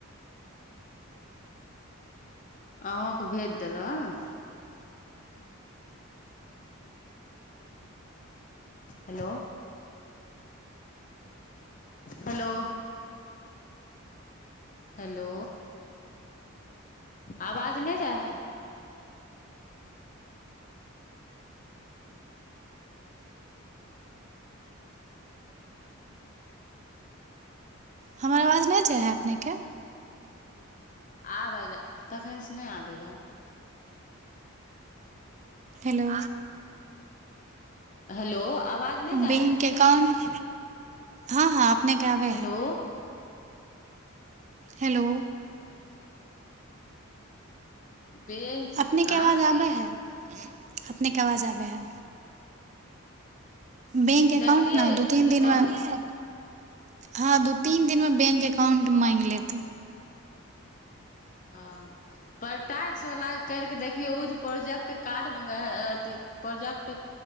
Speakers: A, on the left; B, on the right.
A: अहूँकेँ भेज देलहुँ हेलो हेलो हेलो आवाज नहि जाए है
B: हमर आवाज नहि जा हइ अपनेके
A: आबय लए तखनसँ नहि आबैत रहए
B: हेलो
A: हेलो आवाज नहि जाइ
B: बैंक
A: हइ
B: एकाउंट हँ हँ अपनेके आबै
A: हेलो
B: हए हेलो
A: बैंक
B: अपनेके
A: आँ
B: आवाज आबै हइ अपनेके आवाज आबै हए बैंक एकाउंट
A: देखलियै
B: न दू तीन दिनमे
A: रिकॉर्डिंग
B: हँ दू तीन दिनमे बैंक अकाउंट माङगि लेत
A: हँ पर टैक्सवला करि कऽ देखलियै ओ जे प्रोजेक्ट कार्ड मङ्गै ह अथि प्रोजेक्ट